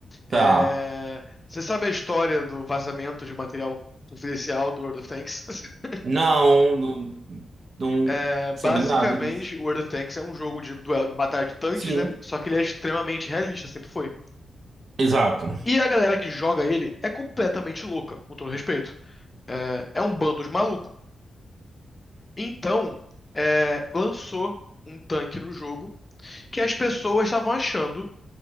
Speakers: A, on the right (about 60°); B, on the left (about 25°).
A: Tá.
B: É... Você sabe a história do vazamento de material confidencial do World of Tanks? <laughs>
A: Não, não, não
B: É... Basicamente,
A: sabendo nada disso.
B: o World of Tanks é um jogo de duelo, de batalha de tanques,
A: Sim,
B: né? Só que ele é extremamente realista, sempre foi.
A: exato.
B: E a galera que joga ele é completamente louca, com todo respeito. É, é um bando de maluco. Então, é, lançou um tanque no jogo que as pessoas estavam achando